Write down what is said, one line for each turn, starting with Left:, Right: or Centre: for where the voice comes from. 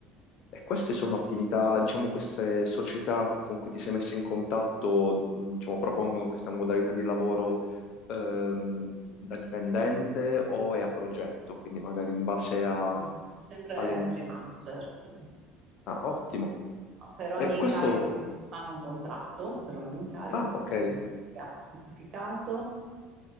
Left: E queste sono attività, diciamo, queste società con cui ti sei messa in contatto, mh, diciamo, propongono questa modalità di lavoro ehm, da dipendente o è a progetto, quindi magari in base a,
Right: Ah, sempre
Left: alle...
Right: freelancer. sì.
Left: Ah, ottimo.
Right: Per
Left: E
Right: ogni
Left: questo...
Right: incarico ti fanno un contratto, per ogni incarico,
Left: Ah,
Right: con
Left: ok,
Right: tutto chiaro specificato.